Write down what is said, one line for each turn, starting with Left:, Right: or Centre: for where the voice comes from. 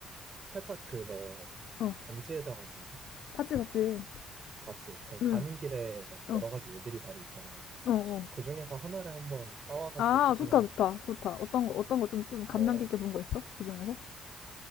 Right: 살짝 그 너
Left: 어.
Right: 반지의 제왕 봤니?
Left: 봤지, 봤지.
Right: 맞지? 그럼 가는
Left: 응,
Right: 길에 막
Left: 어,
Right: 여러 가지 예들이 많이 있잖아.
Left: 어, 어.
Right: 그 중에서 하나를 한번 따와가지고
Left: 아,
Right: 채택을
Left: 좋다,
Right: 해볼까?
Left: 좋다, 좋다. 어떤 거, 어떤 거 좀, 좀 감명
Right: 어,
Left: 깊게 본 거 있어? 그 중에서?